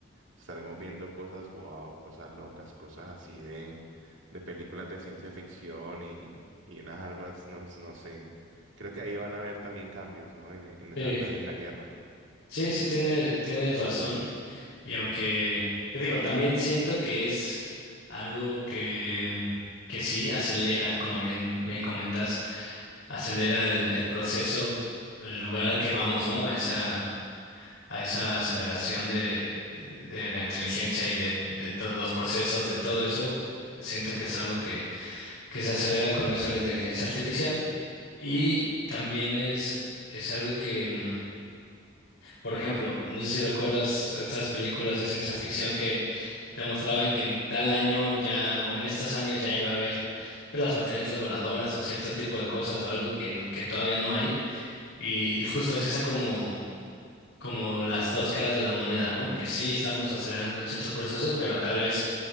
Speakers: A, on the right (about 65°); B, on the left (about 70°).
A: Estaremos viendo cosas wow, cosas locas, cosas así de, de películas de ciencia ficción y, y unas armas, no, no sé. Creo que ahí van a haber también cambios, ¿no? En, en esa,
B: Sí,
A: na- en la guerra.
B: sí,
A: Mm.
B: sí, tiene, tienes razón. Y aunque, te digo, también siento que es algo que, que sí acelera, como bien, bien comentas, acelera el, el proceso, el lugar al que vamos, ¿no? A esa, a esa aceleración de, de la inteligencia y de, de todos los procesos, de todo eso, siento que es algo que que se acelera con esto de la inteligencia artificial. Y también es, es algo que, mm, por ejemplo, no sé si recuerdas estas películas de ciencia ficción que te mostraban que en tal año ya, o en estos años ya iba a haber pues, las patinetas voladoras o cierto tipo de cosas o algo que, n- que todavía no hay. Y, y justo es esa como... como las dos caras de la moneda, ¿no? Que sí estamos acelerando en ciertos procesos, pero tal vez